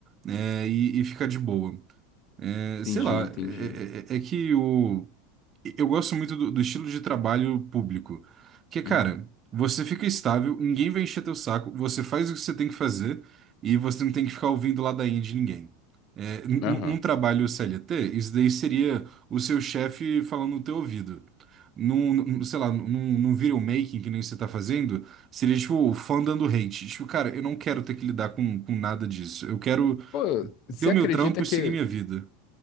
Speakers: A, on the right (about 35°); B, on the left (about 45°).
A: é, e, e ficar de boa. É,
B: Entendi,
A: sei lá,
B: entendi.
A: é, é é é que o. Eu gosto muito do, do estilo de trabalho público, que, cara,
B: Uhum.
A: você fica estável, ninguém vai encher teu saco, você faz o que você tem que fazer e você não tem que ficar ouvindo ladainha de ninguém. É, num,
B: Aham.
A: num trabalho CLT, isso daí seria o seu chefe falando no teu ouvido. Num, num- sei lá, num, num video making que nem você tá fazendo, seria tipo o fã dando hate. Tipo, cara, eu não quero ter que lidar com, com nada disso. Eu quero
B: Pô, você
A: ter o
B: acredita
A: meu trampo e
B: que.
A: seguir minha vida.